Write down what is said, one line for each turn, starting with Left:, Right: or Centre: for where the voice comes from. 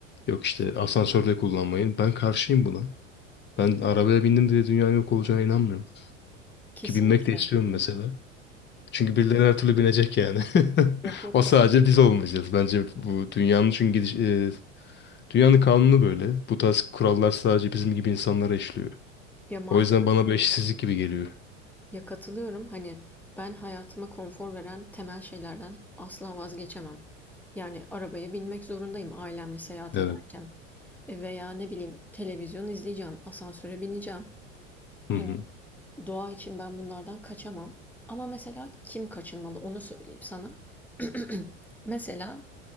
Left: Yok işte asansörde kullanmayın. Ben karşıyım buna. Ben arabaya bindim diye dünyanın yok olacağına inanmıyorum.
Centre: kesinlikle.
Left: Ki binmek de istiyorum mesela. Çünkü birileri her türlü binecek yani. <laughs>
Centre: Yok yok
Left: O
Centre: katılıyorum.
Left: sadece biz olmayacağız. Bence bu dünyanın çünkü gidiş, e, dünyanın kanunu böyle. Bu tarz kurallar sadece bizim gibi insanlara işliyor.
Centre: Ya maalesef
Left: O yüzden bana
Centre: öyle.
Left: bir eşitsizlik gibi geliyor.
Centre: Ya katılıyorum hani ben hayatıma konfor veren temel şeylerden asla vazgeçemem. Yani arabaya binmek zorundayım ailemle seyahat
Left: Evet.
Centre: ederken. E, Veya ne bileyim televizyon izleyeceğim, asansöre bineceğim. Hani
Left: Hı hı. Hı
Centre: doğa için ben bunlardan kaçamam. Ama mesela kim kaçınmalı onu söyleyeyim sana. <clears throat> Mesela